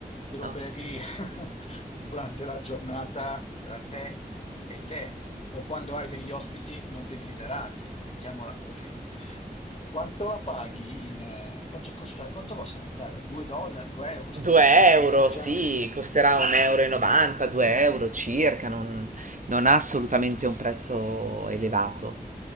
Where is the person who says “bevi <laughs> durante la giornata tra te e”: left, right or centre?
Left